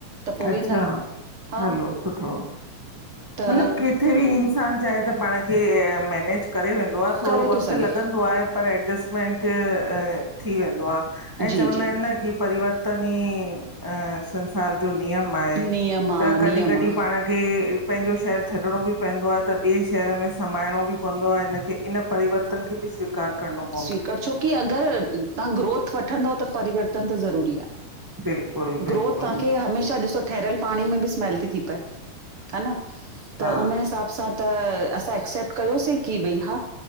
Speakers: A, on the right; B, on the right.
A: त पोइ
B: अच्छा,
A: वेंदा आहियूं हा
B: हलो सुठो
A: त
B: मतिलब किथे बि इं इंसानु चाहे त पाण खे अ मैनेज करे वेंदो आ थोरो
A: करे
B: वक़्तु
A: थो सघे
B: लॻंदो आहे। पर एडजस्टमेंट अ थी वेंदो आ ऐं
A: जी
B: चवंदा
A: जी
B: आहिनि न की परिवर्तन ई अ संसार जो नियम आए
A: नियम आ,
B: त
A: नियम
B: कॾीं-कॾीं
A: आ।
B: पा पाण खे पांजो शहरु छॾिणो बि पवंदो आहे त ॿिए शहर में समाइणो बि पवंदो आ हिन खे इन परिवर्तन खे बि स्वीक कार करणो
A: स्वीकार छो की अगरि तव्हां ग्रोथ वठंदव त परिवर्तन त ज़रूरी आ।
B: बिल्कुलु बिल्कुलु
A: ग्रोथ तव्हांखे हमेशा ॾिसो ठहरयल पाणी में बि स्मेल थी थी पए। हा न, त
B: हा
A: हुन हिसाब सां त असां एक्सेप्ट कयोसीं की भई हा